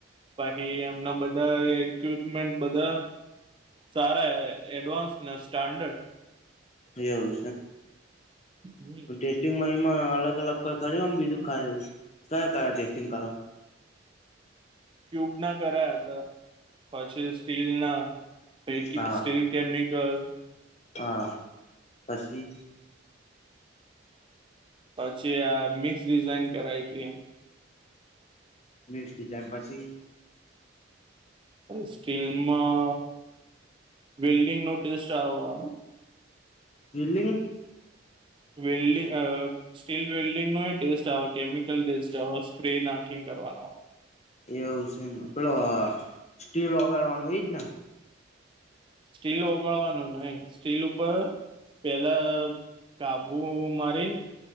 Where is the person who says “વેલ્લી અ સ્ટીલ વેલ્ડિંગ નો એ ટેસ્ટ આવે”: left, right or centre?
Right